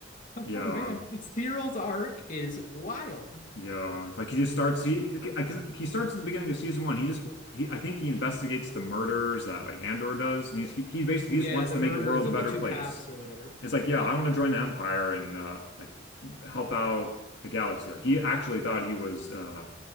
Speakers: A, on the left; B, on the left.
A: yeah,
B: oh, man, Cyril's arc is wild.
A: yeah. Like he just starts, he, I- 'cause he starts at the beginning of season one. He just, he, I think he investigates the murders that like Andor does. And he's, he, he basically,
B: Yeah,
A: he just wants
B: the
A: to make
B: murders
A: a world
B: of
A: a better
B: the two
A: place.
B: cops or whatever.
A: It's like, yeah,
B: Yeah.
A: I want to join the Empire and uh, like help out the galaxy. Like he actually thought he was uh,